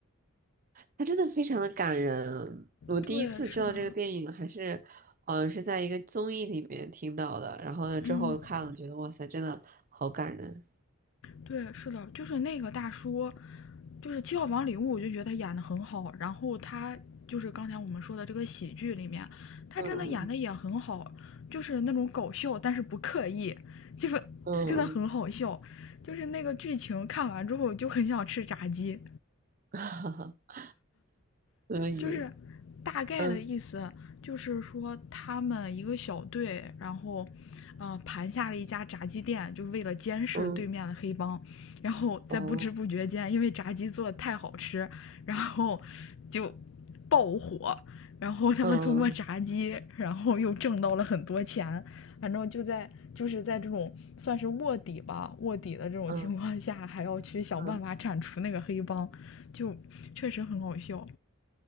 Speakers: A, on the right; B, on the left.
A: 他真的非常的感人，我第一次知道这个电影还是，
B: 对，是的，
A: 好像是在一个综艺里面听到的，然后呢之后看了，
B: 嗯。
A: 觉得哇塞，真的好感人。
B: 对，是的，就是那个大叔，就是《七号房礼物》，我就觉得他演的很好。然后他就是刚才我们说的这个喜剧里面，他真的演的也很好，
A: 嗯
B: 就是那种搞笑，但是不刻意，就是真的很好笑。
A: 嗯嗯
B: 就是那个剧情看完之后就很想吃炸鸡，
A: 嗯，<laughs> 嗯可以。
B: 就是大概的意思就是说，
A: 嗯
B: 他们一个小队，然后，嗯、呃，盘下了一家炸鸡店，就为了监视对面的黑帮，
A: 嗯
B: 然后在不知不觉间，
A: 哦
B: 因为炸鸡做的太好吃，然后就爆火。然后他们通过炸鸡，
A: 嗯
B: 然后又挣到了很多钱。反正就在就是在这种算是卧底吧，卧底的这种情况下，
A: 嗯
B: 还要去想办法铲除那个黑帮，
A: 嗯，
B: 就确实很好笑。